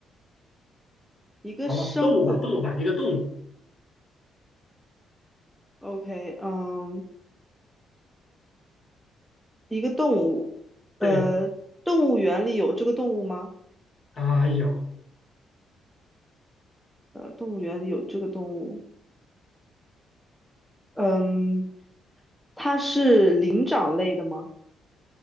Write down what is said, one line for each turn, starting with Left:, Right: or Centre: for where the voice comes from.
Centre: 一个生物
Left: 好吧，动物吧，动物吧，一个动物，
Centre: ，OK，嗯，一个动物，
Left: 对，
Centre: 呃，动物园里有这个动物吗？
Left: 啊，有
Centre: 呃，动物园里有这个动物，嗯，它是灵长类的吗